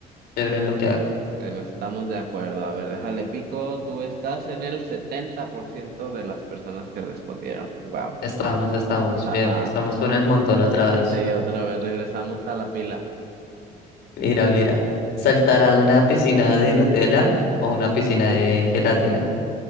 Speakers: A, on the left; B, on the right.
A: chévere en lo que hago.
B: Bueno, estamos de acuerdo. A ver, déjale pico. Tú estás en el 70% de las personas que respondieron. Wow.
A: Estamos, estamos bien.
B: Ajá.
A: Estamos con el montón otra vez.
B: Sí, otra vez regresamos a la pila.
A: Mira, mira. Saltar a una piscina de Nutella o una piscina de gelatina.